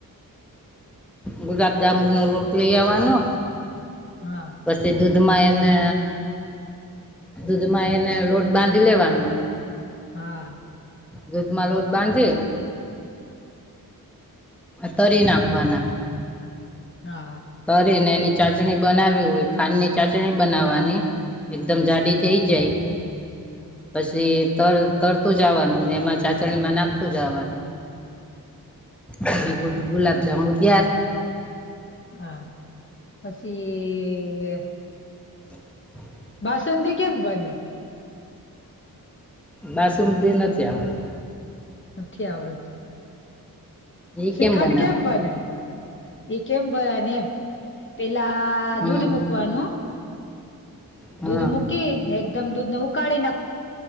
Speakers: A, in the centre; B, on the left.
A: ગુલાબજામુનનો લોટ લઈ આવવાનો
B: હા.
A: પછી દૂધમાં એને દૂધમાં એને લોટ બાંધી લેવાનો
B: હા.
A: દૂધમાં લોટ બાંધી તરી નાખવાના
B: હા.
A: કરીને એની ચાટણી બનાવી હોય ખાંડની ચાટણી બનાવવાની એકદમ જાડી થઇ જાય પછી તરતું જવાનું ને એમાં ચાસણીમાં નાખતું જાવાનું એટલે ગુલાબ જાંબુ તૈયાર
B: હા પછી
A: <unintelligible>
B: બાસુંદી કેમ બને?
A: બાસુંદી નથી આવડતી.
B: નથી આવડતી
A: એ
B: શ્રીખંડ
A: બનાવાની
B: કેમ બને? એ કેમ બને એમ? પેલા
A: હમ
B: દૂધ મૂકવાનું
A: હા
B: દૂધ મૂકી ને એકદમ દૂધ ને ઉકાળી નાખ